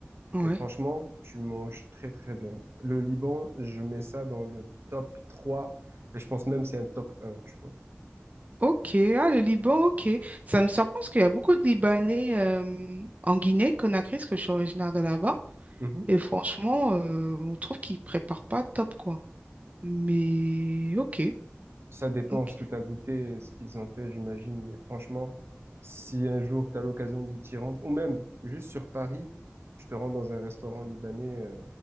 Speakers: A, on the right (about 35°); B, on the right (about 65°).
A: ouais.
B: Et franchement, tu manges très très bien. Le Liban, je mets ça dans le top 3, et je pense même c'est un top un, tu vois.
A: Ok, ah, le Liban, ok. Ça me surprend parce qu'il y a beaucoup de Libanais euh, en Guinée, Conakry, parce que je suis originaire de là-bas.
B: Mhm.
A: Et franchement, euh, on trouve qu'ils préparent pas top, quoi. Mais ok,
B: Ça dépend
A: ok,
B: ce que tu as goûté, et ce qu'ils ont fait, j'imagine. Mais franchement, si un jour tu as l'occasion de t'y rendre, ou même juste sur Paris, tu te rends dans un restaurant libanais, euh,